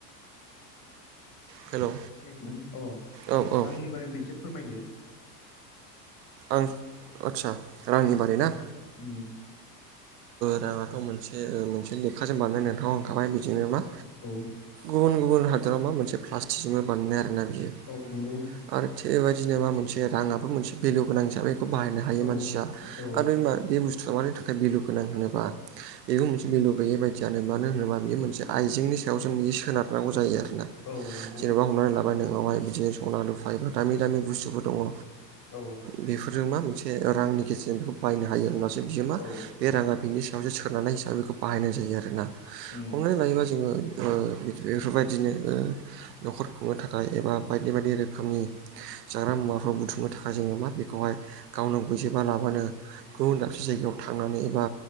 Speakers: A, on the right (about 75°); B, on the left (about 40°).
A: हेलौ
B: आरोना अ
A: औ औ
B: आंनि बारैनो एसे फोरमायदो
A: आं आदसा आंनि बारै ना
B: उम
A: राङाथ' मोनसे मोनसे लेखाजों बानायनो नोंथाङा होनखाबाय
B: औ
A: बिदिनो
B: नंगौ
A: मा
B: औ
A: गुबुन गुबुन हादोराव मा मोनसे प्लास्टिक जोंबो बानायनाय आरो ना बियो
B: औ नंगौ
A: आरो थिगबायदिनो मा मोनसे राङाबो मोनसे भेलु गोनां हिसाबै बेखौ बायनो हा यो
B: औ
A: मानसिया
B: औ
A: आरो बे बुस्थुफ मानि थाखाय भेलु गोनां होनोबा मगं मोनसे बेलु गैयै बायदियानो मानो होनोबा बियो मोनसे आइजेंनि सायाव जों बियो सोनारनांगौ जायो आरोना
B: औ नंगौ
A: जेनेबा हमनानै लाबाय नोंनावहाय बिदिनो सना लुफाय एबा दामि दामि बुस्थुफोर दङ।
B: औ
A: बेफोरजों मा मोनसे रांनि गेजेरजों बेखौ बायनो हायो होनबसो बियो मा?
B: औ
A: बे राङा बिनि सायावसो सोननानै हिसाबै बेखौ बाहायनाय जायो आरोना
B: उम
A: हमनानै लायोबा जोङो। बेफोर बायदिनो न'खर खुंनो थाखाय एबा बायदि बायदि रोखोमनि जाग्रा मुवाफोराव बुथुमनो थाखाय जोङो मा बेखौहाय गावनो गैजोबा लाबानो गुबुन दाबसे जायगायाव थांनानै एबा।